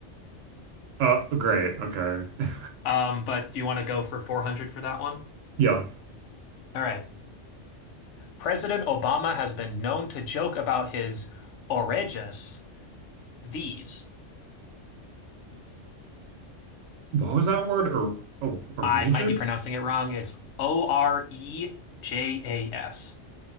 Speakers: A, on the right (about 75°); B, on the left (about 75°).
A: Uh, great. Okay. <laughs>
B: Um, but do you want to go for 400 for that one?
A: Yeah.
B: All right. President Obama has been known to joke about his orejas, these.
A: What was that word? Or oh, outrageous?
B: I might be pronouncing it wrong. It's O R E J A S.